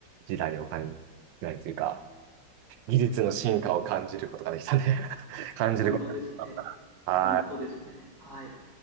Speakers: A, on the right; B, on the right.
A: 時代を感じないというか、技術の進化を感じることができたね <laughs> 感じることができ
B: 本当ですね。
A: た。はい。
B: 本当ですね。はい。